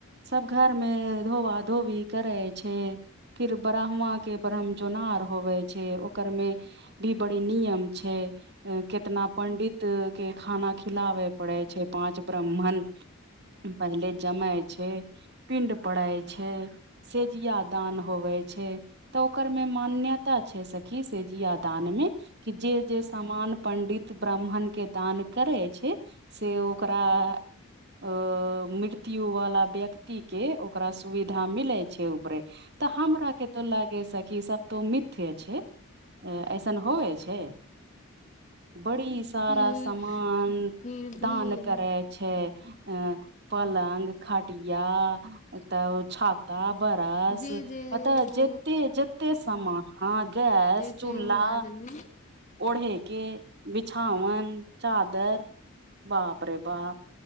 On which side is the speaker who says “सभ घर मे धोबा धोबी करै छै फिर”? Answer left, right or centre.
Right